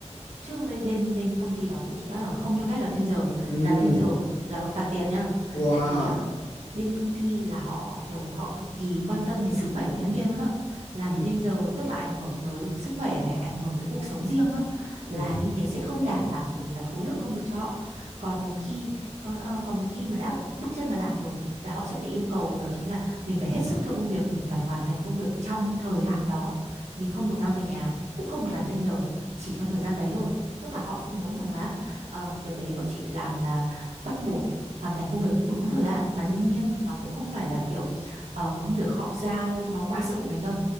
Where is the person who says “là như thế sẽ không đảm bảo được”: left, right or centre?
Right